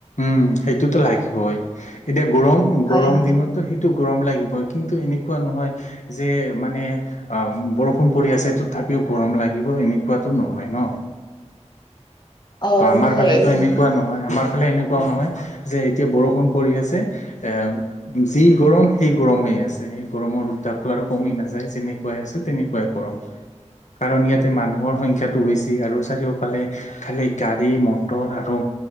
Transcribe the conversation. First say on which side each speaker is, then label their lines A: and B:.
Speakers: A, on the left; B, on the left.
A: উম' সেইটোতো লাগিবই এতিয়া গৰম গৰম
B: হয় হয়
A: দিনতো সেইট- টো গৰম লাগিবই, কিন্তু এনেকুৱা নহয় যে মানে- বৰষুণ পৰি আছে ত তথাপিও গৰম লাগিব এনেকুৱাতো নহয় ন।
B: অ
A: ত' আমাৰ
B: নহয়
A: ফালেতো
B: ইমান
A: এনেকুৱা নহয় আমাৰ ফালে এনেকুৱাও নহয় যে এতিয়া বৰষুণ পৰি আছে- এম- যি গৰম সেই গৰমেই আছে সেই গৰমৰ উত্তাপটো আৰু কমি নাযায় যেনেকুৱাই আছে তেনেকুৱাই গৰম।
B: <inaudible>
A: কাৰণ ইয়াতে মানুহৰ সংখ্যাটো বেছি আৰু চাৰিওফালে খালী- গাড়ী মটৰ আৰু